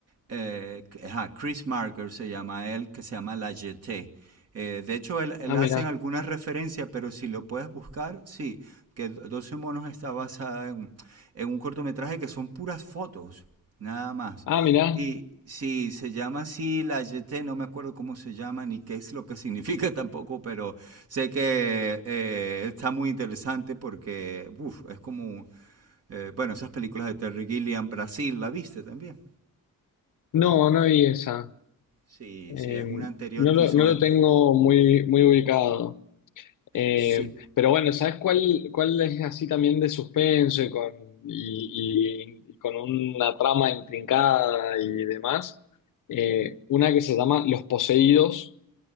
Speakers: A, on the right; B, on the left.
A: eh, que- ajá, Chris Marker se llama él, que se llama La Jetée. Eh, de hecho, él, él
B: Ah,
A: hace
B: mira.
A: alguna referencia, pero si lo puedes buscar, sí, que Doce monos está basada en, en un cortometraje que son puras fotos, Nada más.
B: Ah, mira.
A: Y sí, se llama así la YT, no me acuerdo cómo se llama ni qué es lo que <laughs> significa tampoco, pero sé que eh, está muy interesante porque, uf, es como, eh, bueno, esas películas de Terry Gilliam, Brasil, ¿la viste también?
B: No, no vi esa.
A: Sí,
B: Eh,
A: sí, es una anterior
B: no
A: que
B: lo,
A: hizo
B: no lo
A: él.
B: tengo muy, muy ubicado. Eh,
A: Sí.
B: pero bueno, ¿sabes cuál, cuál es así también de suspenso y con, y, y- y con una trama intrincada y demás? Eh, una que se llama Los Poseídos,